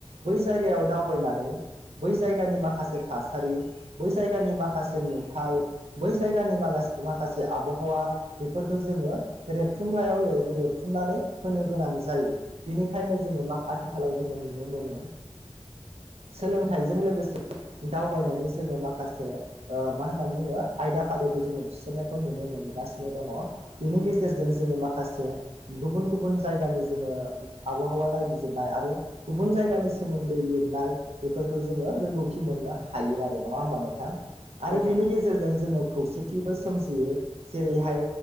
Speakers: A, on the right; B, on the left.
A: बै जायगायाव दावबायनानै बै जायगानि माखासे थासारि बै जायगानि माखासे नुथाय बै जायगानि मा-माखासे आबहावा बेफोरखौ जोङो रेबथुमलायाव रेबथुमनानै होनो गोनां जायो बिनिखायनो जोङो मा आथिखालाव जोङो मोन सोलोंथाइजों लोगोसे दावबायनानै जोङो माखासे मा होनना बुङो आयदा फारिखौ जोङो थिसननायखौ नुनो मोनगासिनो दङ बेनि गेजेराव गेजेरजों जोङो माखासे गुबुन गुबुन जायगानि जोङो आबहावा नायबिजिरनाय आरो गुबुन जायगानि सोमोन्दै लिरनाय बेफोरखौ जोङो रोंगौथि मोननो हायो आरो नङा होमबानो आरो
B: उम औ नोंथां
A: बेनि गेजेरजों जोङो खौसेथिबो सजियो जेरैहाय